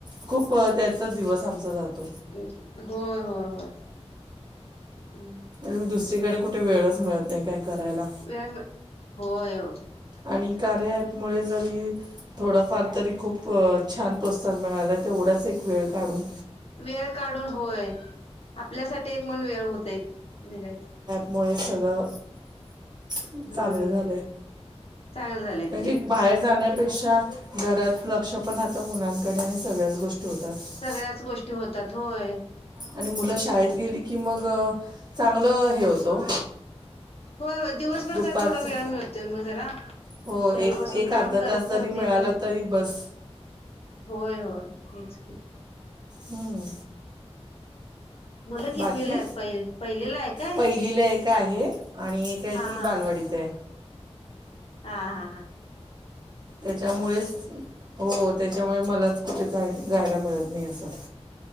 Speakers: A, on the right (about 40°); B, on the left (about 60°).
A: खूप त्यातच दिवस आमचा जातो.
B: अम होय होय होय, अम
A: अ दुसरीकडे कुठे वेळच मिळत नाही काय करायला
B: वेळ मी, होय ओ
A: आणि कार्या ॲपमुळे जरी थोडंफार तरी खूप छान अह प्रोत्साहन मिळालय तेवढाच एक वेळ काढून
B: वेळ काढून होय आपल्यासाठी एकम्हणून वेळ होतय निघायच
A: मुळे सगळं खूप
B: हम्म
A: चांगलं झालंय
B: चांगलं झालंय
A: म्हणजे
B: ते
A: एक बाहेर जाण्या पेक्षा घरात लक्ष पण राहतं मुलांकडे आणि सगळ्याच गोष्टी होतात
B: सगळ्याच गोष्टी होतात होय.
A: आणि मुलं शाळेत गेली की मग चांगलं हे होतो.
B: होय होय दिवसभर
A: दुपारचं
B: थोडा वेळ मिळतोय मग जरा.
A: हो एक
B: घरी बसून
A: एक अर्धा
B: काम करत
A: तास जरी
B: करत
A: मिळाला
B: हे पण
A: तरी बस
B: होय होय तेच की
A: हम्म
B: मुलं कितवीला
A: बाकी
B: आहेत पहि पहिलीला आहे काय
A: पहिलीला एक आहे आणि एक आहे
B: हा
A: ती
B: हा
A: बालवडीत आहे.
B: हा हा हां
A: त्याच्यामुळेच हो त्याच्यामुळे मलाच कुठे जाय जायला मिळत. नाही असं